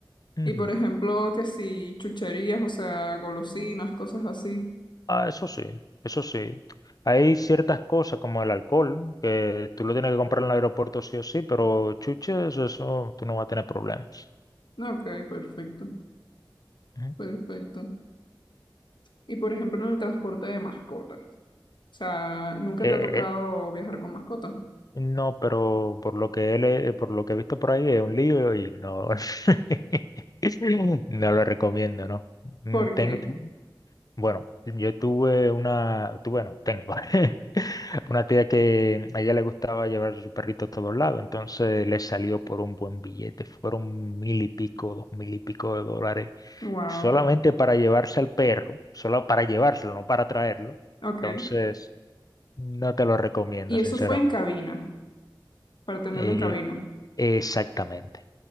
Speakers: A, on the left (about 45°); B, on the left (about 65°).
A: Ujú.
B: Y por ejemplo, que si chucherías, o sea, golosinas, cosas así.
A: Ah, eso sí, eso sí. Hay ciertas cosas como el alcohol, que tú lo tienes que comprar en el aeropuerto sí o sí, pero chuches, eso tú no vas a tener problemas.
B: No, Ok, perfecto,
A: Ujú.
B: perfecto. Y por ejemplo, en el transporte de mascotas. O sea, ¿nunca
A: Eh,
B: te ha tocado viajar con mascota?
A: no, pero por lo que él, es- por lo que he visto por ahí es un lío y no, <laughs> no lo recomiendo, ¿no? Mm,
B: ¿Por
A: Tengo,
B: qué?
A: Bueno, yo tuve una, tu- bueno, tengo <laughs> una tía que a ella le gustaba llevar su perrito a todos lados, entonces le salió por un buen billete, fueron mil y pico, dos mil y pico de dólares,
B: Wow,
A: solamente para llevarse al perro, solo para llevárselo, no para traerlo.
B: ok.
A: Entonces, no te lo recomiendo,
B: Y
A: sinceramente.
B: eso fue en cabina. Para tenerlo
A: Eh,
B: en cabina.
A: exactamente,